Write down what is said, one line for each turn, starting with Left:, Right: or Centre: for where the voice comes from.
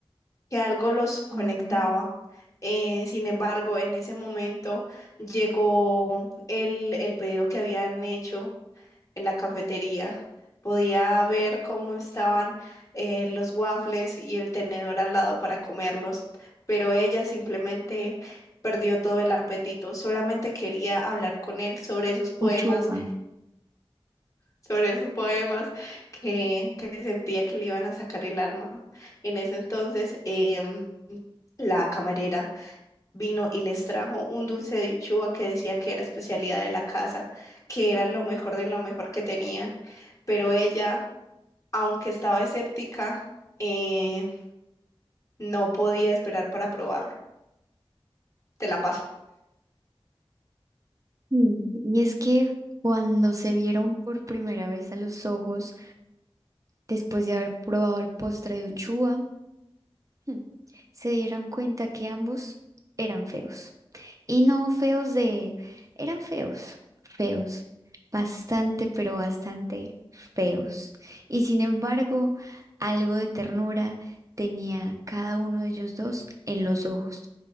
Left: que algo los conectaba.
Right: Ujú.
Left: Eh, sin embargo, en ese momento llegó el, el pedido que habían hecho en la cafetería. Podía ver cómo estaban eh, los waffles y el tenedor al lado para comerlos, pero ella simplemente perdió todo el apetito. Solamente quería hablar con él sobre esos poemas
Right: Uchuva.
Left: sobre esos poemas que, que sentía que le iban a sacar el alma. En ese entonces, em, la camarera vino y les trajo un dulce de uchuva que decía que era especialidad de la casa, que era lo mejor de lo mejor que tenían. Pero ella, aunque estaba escéptica, eh, no podía esperar para probarlo. Te la paso.
Right: Mm, Y es que cuando se vieron por primera vez a los ojos, después de haber probado el postre de Uchuva, Hmm. se dieron cuenta que ambos eran feos. Y no feos de... eran feos, feos, bastante, pero bastante feos. Y sin embargo, algo de ternura tenía cada uno de ellos dos en los ojos,